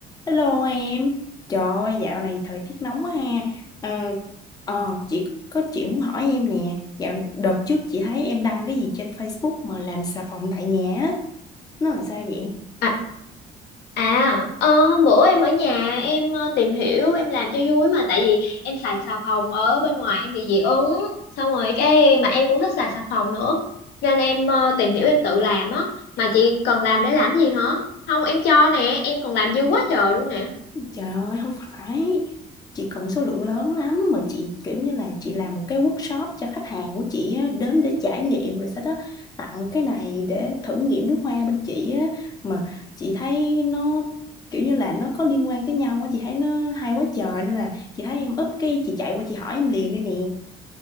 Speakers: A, on the left; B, on the left.
A: Hello em, trời ơi, dạo này thời tiết nóng quá ha. Ờ, ờ, chị có chuyện muốn hỏi em nè. Dạo đợt trước chị thấy em đăng cái gì trên Facebook mà làm xà phòng tại nhà á, nó là sao vậy?
B: À, à ờ, hôm bữa em ở nhà em ờ, tìm hiểu em làm cho vui mà tại vì em xài xà phòng ở bên ngoài em bị dị ứng xong rồi cái mà em cũng thích xài xà phòng nữa nên em ờ, tìm hiểu em tự làm á mà chị cần làm để làm gì hả không em cho nè em còn làm dư quá trời luôn nè
A: Trời ơi không phải Chị cần số lượng lớn lắm Mà chị kiểu như là chị làm một cái workshop cho khách hàng của chị á, Đến để trải nghiệm Rồi sau đó tặng cái này để thử nghiệm nước hoa bên chị á. Mà chị thấy nó kiểu như là nó có liên quan tới nhau á. Chị thấy nó hay quá trời Nên là chị thấy em up cái chị chạy qua chị hỏi em liền đây nè